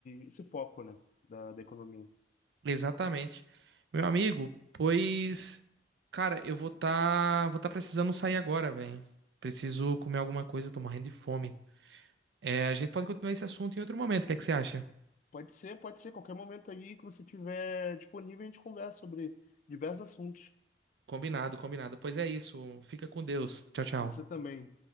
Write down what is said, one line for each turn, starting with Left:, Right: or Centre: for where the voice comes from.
Left: esse foco, né, da, da economia.
Right: Exatamente. Meu amigo, pois. Cara, eu vou tá, vou tá precisando sair agora, velho. Preciso comer alguma coisa, tô morrendo de fome. É, a gente pode continuar esse assunto em outro momento, o que é que você acha?
Left: Pode ser, pode ser. Qualquer momento aí que você tiver disponível, a gente conversa sobre diversos assuntos.
Right: Combinado, combinado. Pois é isso. Fica com Deus. Tchau, tchau.
Left: Você também.